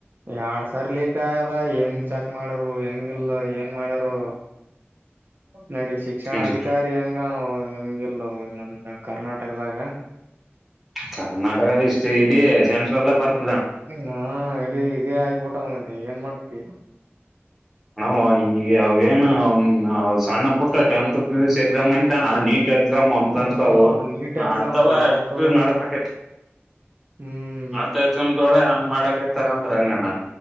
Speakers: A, on the right; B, in the centre.
A: ಎರಡ್ ಸರಿ ಲೀಕ್ ಆಯದ ಹೆಂಗ್ ಚೆಕ್ ಮಾಡ್ಯರು ಹೆಂಗ ಇಲ್ ಏನ್ ಮಾಡ್ಯರು ನೋಡಿ ಶಿಕ್ಷಣ
B: ಹ್ಮ್
A: ಅಧಿಕಾರಿ ಹಂಗಾನು ಹಂಗಗೆಲ್ಲೋ ನಮ್ಮ್ ಕರ್ನಾಟಕದಾಗ
B: ಕರ್ನಾಟಕ ಇಷ್ಟೇ ಇಡೀ ಸೆಂಟ್ರ ಎಲ್ಲ ಬರ್ತ
A: ಹಾ ಇಡೀ ಇದೇ ಆಗ್ಬಿಟ್ಟದ ಮದೆ ಏನ್ ಮಾಡ್ತಿ
B: ಹಣ ಈ ಅವೇನು ಸಣ್ಣ ಪುಟ್ಟ tenth P U C exam ಅತ ನೀಟ್ ಎಕ್ಸಾಮ್ ಒಮಂತ
A: ಹಾ
B: ಅಂತವು
A: ನೀಟ್ ಎಕ್ಸಾಮ್
B: ಅಂತವ
A: ಪಾ ಅಂತದ
B: ಎಷ್ಟು ನಡ್ಸಕ
A: ಹ್ಮ್
B: ಅತ್ಯತಮಗೋಳೆ ಹಂಗ್ ಮಾಡಕಯ್ತಾರ ಅಂದ್ರ ಅಂಗಣ